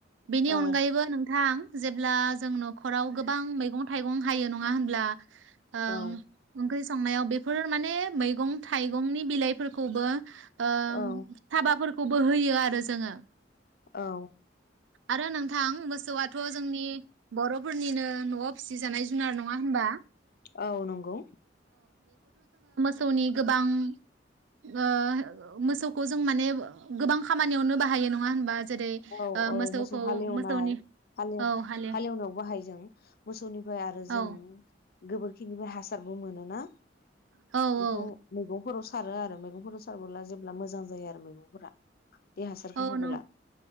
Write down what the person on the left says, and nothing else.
औ
औ
औ
औ।
औ नंगौ।
औ
औ
मोसौ हालेवनाय
हालेव
हालेवनायाव बाहायो जों मोसौनिफ्राय आरो।
जों। गोबोरखिनिफ्राय हासारबो मोनोना।
बेखौ
मैगं। गंफोराव सारो आरो मैगंफोराव सारबोला जेब्ला मोजां जायो आरो मैगंफोरा। बे हासारखौ
होबोला।